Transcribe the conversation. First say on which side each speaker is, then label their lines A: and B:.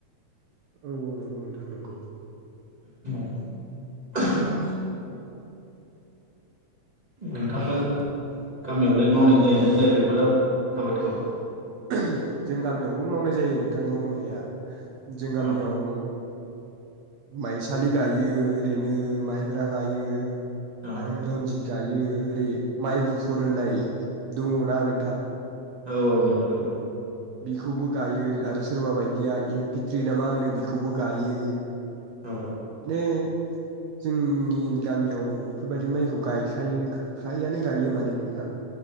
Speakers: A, on the right; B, on the right.
A: औ औ नोंगौ नोंथां नोंगौ
B: <unintelligible> नोंथांमोन गामियावलाय मावनाय जायोना जा या बेफोर आबादखौ?
A: <unintelligible> जों गामियावबो मावनाय जायो नोंथां मावनाया। जों गामियाव
B: औ
A: माइसालि गायो ओरैनो माइब्रा गायो।
B: औ
A: आरो रन्जित गायो। ओरै माइ गुफुर होननाय दङ ना नोंथां?
B: औ औ नोंगौ नोंगौ
A: बिखौबो गायो आरो सोरबा बायदिया एम्पिथ्रि ना मा होनो बिखौबो गायो।
B: औ
A: नो जोंनि गामियाव बिफोरबायदि माइखौ गायखायो फ्रायानो गायो माने नोंथां